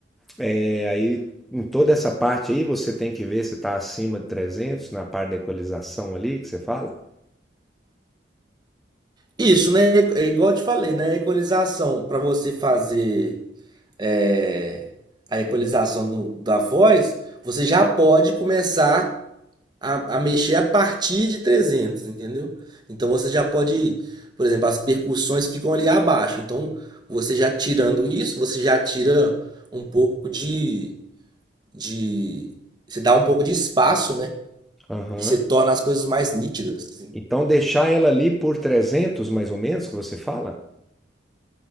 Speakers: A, in the centre; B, on the right.
A: eh, aí em toda essa parte aí você tem que ver se está acima de 300 na parte da equalização ali que você fala?
B: Isso, né? É igual eu te falei, né? A equalização para você fazer é, a equalização do- da voz, você já pode começar a, a mexer a partir de trezentos entendeu? Então você já pode, por exemplo, as percussões ficam ali abaixo. Então você já tirando isso, você já tira um pouco de, de, você dá um pouco de espaço, né?
A: Aham.
B: E você torna as coisas mais nítidas. assim.
A: Então deixar ela ali por 300 mais ou menos que você fala?